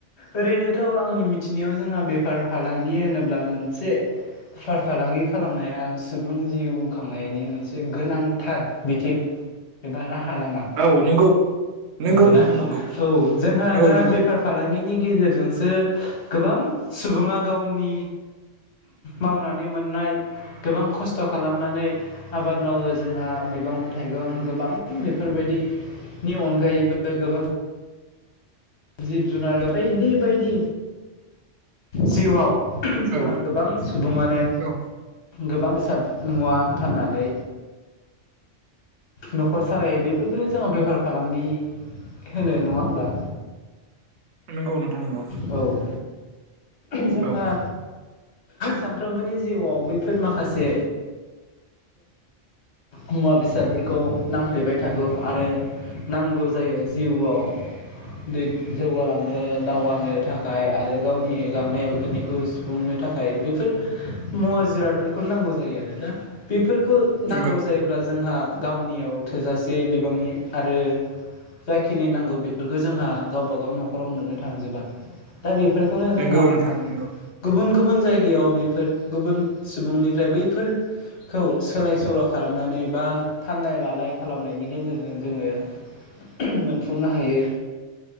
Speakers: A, on the left; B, on the right.
A: ओरैनो <unintelligible> आंनि मिथिनायाव फार फालांगि होनोब्ला मोनसे फार फालांगि खालामनाया सुबुं जिउ खांनायनि मोनसे गोनांथार बिथिं एबा राहा लामा
B: औ नंगौ नंगौ
A: नंगौना
B: नोंथां नंगौ
A: औ जोंहा
B: औ
A: दा
B: नंगौ
A: बेफार फालां बिनि गेजेरजोंसो गोबां सुबुङा गावनि मावनानै मोननाय गोबां खस्थ' खालामनानै आबाद मावो जोंहा मैगं थाइगं गोबां बेफोरबायदिनि अनगायैबो गोबां जिब जुनार बायदि बायदि जिउआव जोंहा
B: औ
A: गोबां सुबुङानो
B: औ
A: गोबां बेसाद मुवा फान्नानै न'खर सालायो बेफोरखौनो जों बेफार फालांगि होनो नङा होमब्ला‌?
B: नंगौ नोंथां नंगौ
A: औ जोंहा
B: औ
A: सानफ्रोमबोनि जिउआव बैफोर माखासे मुवा बेसादफोरखौ नांफ्लेबाय थागौ आरो नांगौ जायो जिउआव दै जौगालांनो दावगा नो थाखाय आरो गावनि गांनाय उखैनायखौ सुफुंनो थाखाय बेफोर मुवा जिरादफोरखौ नांगौ जायो आरो दा बे फोरफोरखौ
B: नंगौ
A: नांगौ जायोब्ला जोंहा गावनियाव थोजासे बिबांनि आरो जाखिनि नांगौ बेफोरखौ जोंहा गावबा गाव न'खराव मोन्नो थांजोबा दा बे फोरखौनो जोंहा
B: नंगौ नोंथां नंगौ
A: गुबुन गुबुन जायगायाव बेफोर गुबुन सुबुंनिफ्राय बैफोरखौ सोलाय सोल' खालामनानै बा फानलाय लालाय खालामनायनि गेजेरजों जोङो मोनफुंनो हायो